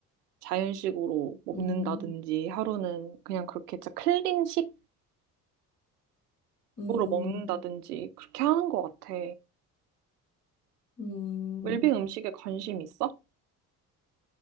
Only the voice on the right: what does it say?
자연식으로 먹는다든지
하루는 그냥 그렇게 진짜 클린식으로
먹는다든지 그렇게 하는 것 같아.
웰빙 음식에 관심 있어?